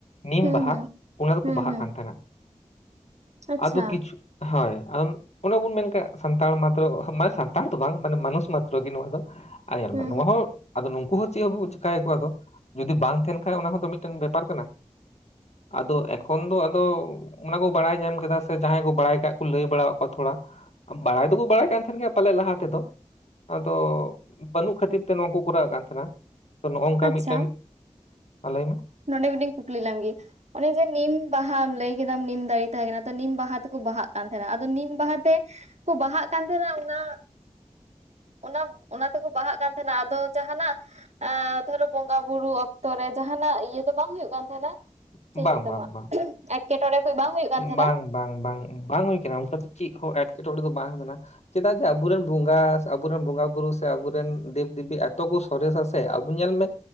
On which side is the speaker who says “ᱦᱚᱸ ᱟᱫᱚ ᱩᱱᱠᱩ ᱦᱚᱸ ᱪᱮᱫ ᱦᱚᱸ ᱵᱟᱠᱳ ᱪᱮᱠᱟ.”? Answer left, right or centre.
Left